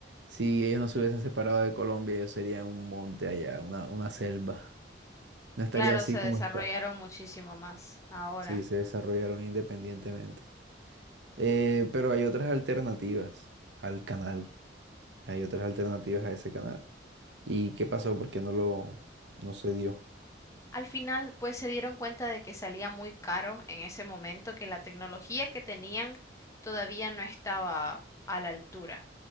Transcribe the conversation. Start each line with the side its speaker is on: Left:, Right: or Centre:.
Right: si ellos no se hubiesen separado de Colombia, ellos serían un monte allá, una, una selva. No estaría
Left: Claro,
Right: así
Left: se desarrollaron
Right: como está.
Left: muchísimo más ahora.
Right: Sí, se desarrollaron independientemente. Eh, pero hay otras alternativas al canal. Hay otras alternativas a ese canal. ¿Y qué pasó? ¿Por qué no lo, no se dio?
Left: Al final, pues se dieron cuenta de que salía muy caro en ese momento, que la tecnología que tenían todavía no estaba a la altura.